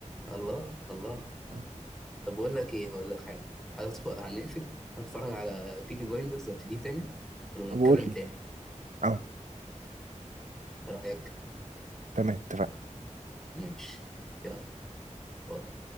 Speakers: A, in the centre; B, on the right (about 75°).
A: الله الله
B: آه،
A: طب بقول لك ايه هقول لك حاجه هدخل هنقفل هتفرج على بيكي بلايندرز ابتدي تاني ونتكلم
B: وقول لي
A: تاني
B: اه
A: ايه رايك
B: تمام اتفقنا
A: ماشي يلا باي